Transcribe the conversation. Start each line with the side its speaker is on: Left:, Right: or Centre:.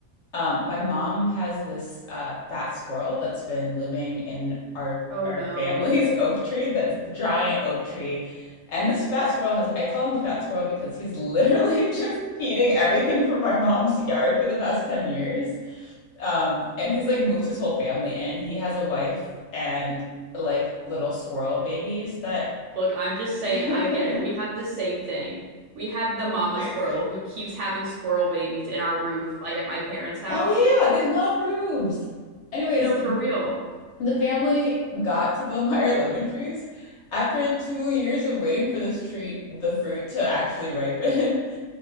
Left: um, my mom has this uh, fat squirrel that's been living in our
Right: Oh
Left: our
Right: no.
Left: family's <laughs> oak tree, this giant oak tree. And this fat squirrel has, I call him the fat squirrel because he's literally <laughs> just eating everything from my mom's yard for the past 10 years. Um, and he's like moved his whole family in. He has a wife and like little squirrel babies that
Right: Look, I'm just saying
Left: <laughs>
Right: I get it. We have the same thing. We have the mama
Left: Amazing.
Right: squirrel who keeps having squirrel babies in our roof, like at my parents' house.
Left: Oh yeah, they love roofs. Anyways,
Right: No, for real.
Left: the family got to the Meyer <laughs> lemon trees after two years of waiting for this tree, the fruit to actually ripen. <laughs>